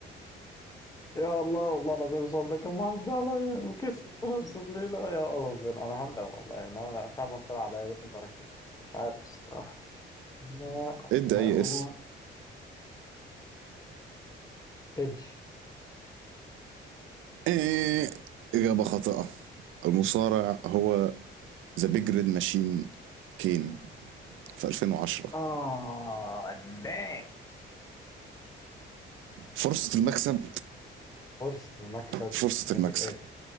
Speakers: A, on the left (about 15°); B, on the right (about 80°).
A: يا الله والله العظيم السؤال ده كان معدي عليا وكسب نفس الليله يا ربنا انا هندم والله يعني انا فعلا طلع عليا يا ريتني بركز مش عارف الصراحه انا
B: ادي
A: هقول
B: أي اسم
A: ايدج
B: إيه إجابة خاطئة المصارع هو ذا بيج ريد ماشين كين في 2010
A: اه دام
B: فرصة المكسب
A: فرصة المكسب
B: فرصة
A: غير
B: المكسب